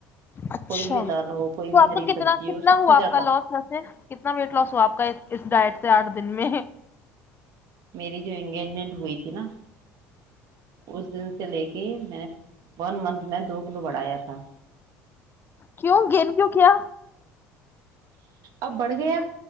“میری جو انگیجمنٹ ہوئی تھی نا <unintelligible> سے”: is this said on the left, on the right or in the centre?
Right